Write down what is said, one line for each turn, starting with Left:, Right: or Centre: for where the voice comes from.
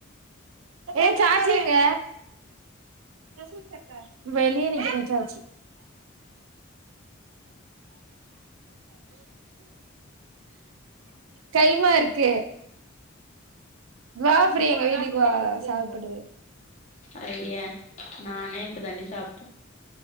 Right: ஏ சாச்சி எங்க சாச்சி வெளிய நிக்கிறா கைமா இருக்கு வா பிரீயா எங்க வீட்டுக்கு வா சாப்பிடு
Left: அய்யோ நானே இப்ப தாண்டி சாப்பிட்டேன்